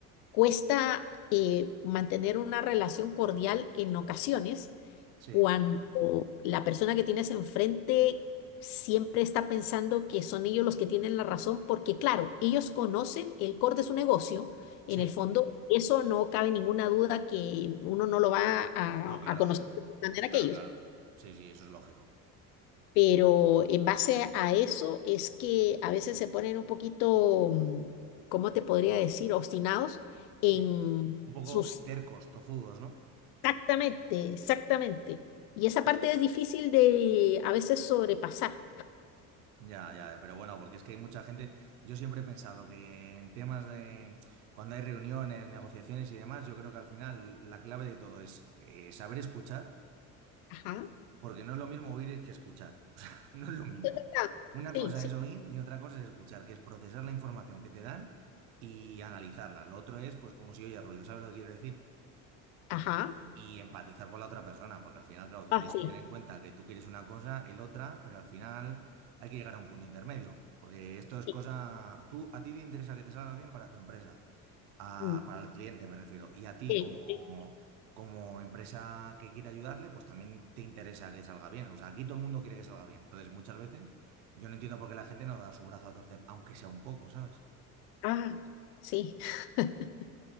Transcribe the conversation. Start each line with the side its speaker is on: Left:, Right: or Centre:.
Left: cuesta eh, mantener una relación cordial en ocasiones
Right: Sí,
Left: cuando la persona que tienes enfrente siempre está pensando que son ellos los que tienen la razón, porque claro, ellos conocen el core de su negocio, en
Right: sí.
Left: el fondo, eso no cabe ninguna duda que uno no lo va a,
Right: No, claro,
Left: a conocer de manera
Right: Claro,
Left: que ellos.
Right: claro. Sí, sí, eso es lógico.
Left: Pero en base a eso es que a veces se ponen un poquito, mm, ¿cómo te podría decir?, obstinados en
Right: Sí. Un poco
Left: sus...
Right: tercos, tozudos, ¿no?
Left: Exactamente, exactamente. Y esa parte es difícil de a veces sobrepasar.
Right: Ya, ya, pero bueno, porque es que hay mucha gente. Yo siempre he pensado que en temas de cuando hay reuniones, negociaciones y demás, yo creo que al final la clave de todo es eh, saber escuchar,
Left: Ajá.
Right: porque no es lo mismo oír que escuchar. <laughs> O sea, no es lo mismo.
Left: Es verdad.
Right: Una
Left: Sí,
Right: cosa
Left: sí.
Right: es oír y otra cosa es escuchar, que es procesar la información que te dan y analizarla. Lo otro es, pues, como si oye ruido, ¿sabes lo que quiero decir?
Left: Ajá.
Right: y empatizar con la otra persona, porque al final, claro, tú
Left: Ah,
Right: tienes
Left: sí.
Right: que tener en cuenta que tú quieres una cosa, el otra, pero al final hay que llegar a un punto intermedio, porque esto es
Left: Sí.
Right: cosa, tú a ti te interesa que te salga bien para tu empresa, a-
Left: Mm,
Right: para el cliente me refiero, y a ti
Left: sí,
Right: como
Left: sí.
Right: como empresa que quiere ayudarle, pues también te interesa que salga bien. O sea, aquí todo el mundo quiere que salga bien. Entonces, muchas veces yo no entiendo por qué la gente no da su brazo a torcer, aunque sea un poco, ¿sabes?
Left: Ah, sí. <laughs>